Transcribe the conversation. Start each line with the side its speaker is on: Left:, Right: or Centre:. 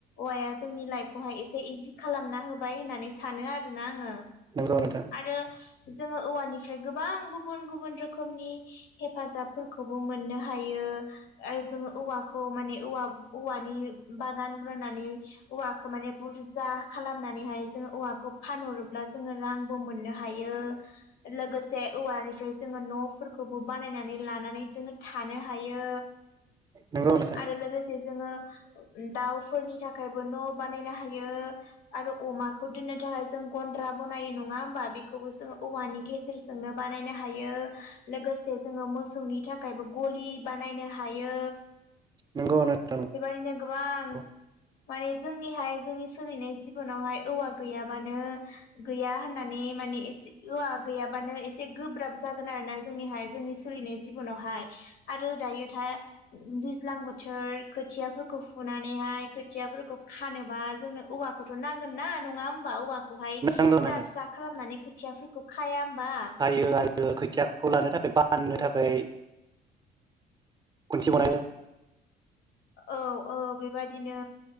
Left: औवाया जो जोंनि लाइफखौहाय एसे इजि खालामना होबाय होननानै सानो आरोना आङो
Right: नोंगौ नोंथां
Left: आरो जोङो औवानिफ्राय गोबां गुबुन गुबुन रोखोमनि हेफाजाबफोरखौबो मोननो हा हायो आरो जोंङो औवाखौ माने औवा औवानि बागान राननानै औवाखो माने बुरजा खालामनानैहाय जोङो औवाखौ फानहरोब्ला जोङो रांबो मोननो हायो ओ लोगोसे औवानिफ्राय जोङो न'फोरखौबो बानायनानै लानानै जोंङो थानो हायो
Right: नंगौ नोंथां
Left: आरो लोगोसे जोङो हा अ उम दाउफोरनि थाखायबो न' बानायनो हायो आरो अमाखौ दोननो थाखाय जों गन्द्रा बनायो नङा ओमबा बेखौबो जोंङो औवानि गेजेरजोंनो बानायनो हायो लोगोस जे जोङो मोसौनि थाखायबो गलि बानायनो हायो
Right: नंगौ नोंथां
Left: बेबादिनो गोबां
Right: नंगौ
Left: माने जोंनिहाय जोंनि सोलिनाय जिबनावहाय औवा गैयाबानो गैया होननानै मानि एसे होवा गैयाबानो एसे गोब्राब जागोन आरो ना जोंनिहाय जोंनि सोलिनाय जिबनाव हाय आरो दायो दैज्लां बोथोर खोथियाफोरखौ फुनानैहाय खोथियाफोरखौ खानोबा जोंनो औवाखौथ नांगोन ना नङा हबा औवा हाय फिसा
Right: नांगौ नांगोन
Left: फिसा खालामनानै खोथियाफोरखौ खाया होमबा
Right: खायो खोथियाखौ लानो थाखाय बाननो थाखाय खनसे बानायो
Left: औ औ बेबादिनो